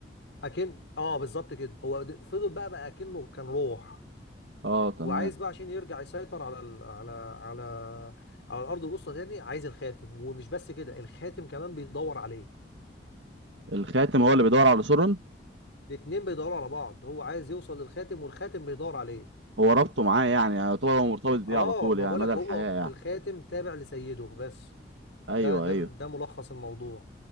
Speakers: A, on the left; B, on the right.
A: اكن اه بالظبط كده هو د- فضل بقى بقى اكنه كان روح
B: اه تمام
A: وعايز بقى عشان يرجع يسيطر على ال... على على على الارض الوسطى تاني عايز الخاتم ومش بس كده الخاتم كمان بيدور عليه
B: الخاتم هو اللي بيدور على سورن
A: الاتنين بيدوروا على بعض هو عايز يوصل للخاتم والخاتم بيدور عليه
B: هو ربطه معاه يعني يعني يعتبر هو مرتبط بيه
A: اه
B: على طول
A: ما
B: يعني
A: بقولك
B: مدى الحياة
A: هو
B: يعني
A: الخاتم تابع لسيده بس
B: ايوه
A: ده ده
B: ايوه
A: ده ملخص الموضوع